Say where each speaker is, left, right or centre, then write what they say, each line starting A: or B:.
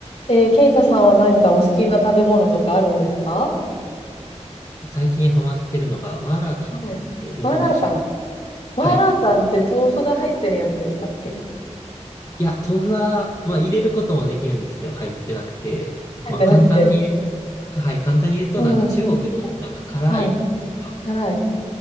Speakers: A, on the left (about 60°); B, on the left (about 30°).
A: えー、ケイタさんは何かお好きな食べ物とかあるんですか
B: 最近ハマってるのが、マーラータンって言ってご存知ですか
A: はい。マーラータン。マーラータンって豆腐が入ってるやつでしたっけ
B: はい。いや、豆腐は、まあ入れることもできるんですけど、入ってなくて、
A: 入ってなくて。
B: まあ簡単に言う、はい、簡単に言うと、
A: うん。
B: なんか中国の、なんか辛い、
A: はい。
B: なんか
A: 辛い。